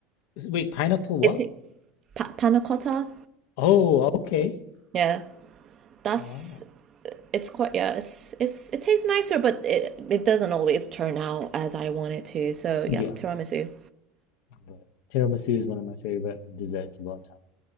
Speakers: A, on the left (about 70°); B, on the right (about 40°).
A: Wait, pineapple what?
B: it ta- pa- panna cotta.
A: Oh, okay.
B: Yeah, that's
A: Wow.
B: it's quite yeah it's it's it tastes nicer but it it doesn't always turn out as I want it to so
A: Yeah.
B: yeah tiramisu
A: but Tiramisu is one of my favorite desserts of all time.